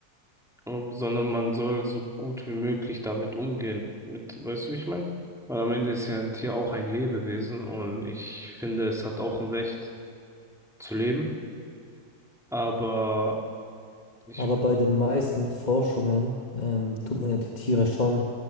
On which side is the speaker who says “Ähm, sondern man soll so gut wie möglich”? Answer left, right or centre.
Centre